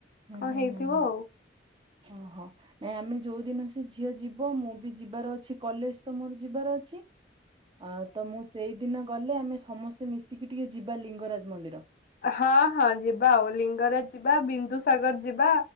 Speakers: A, on the right; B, on the left.
A: ହୁଁ-
B: କଣ
A: ହୁଁ
B: ହେଇଥିବ
A: -ହୁଁ -ହୁଁ
B: ଆଉ
A: ଅ ହ। ଏଁ- ଆମେ ଯଉ ଦିନ ସେ ଝିଅ ଯିବ ମୁଁ ବି ଯିବାର ଅଛି କଲେଜ୍ ତ ମୋର ଯିବାର ଅ ଛି ଆଉ ତ ମୁଁ ସେଇ ଦିନ ଗଲେ ଆମେ ସମସ୍ ମତେ ମିଶିକି ଟିକେ ଯିବା ଲିଙ୍ଗରାଜ୍ ମନ୍ଦିର।
B: ହଁ -ହଁ ଯିବା ଆଉ ଲିଙ୍ଗରାଜ୍ ଯିବା ବିନ୍ଦୁସାଗର ଯିବା।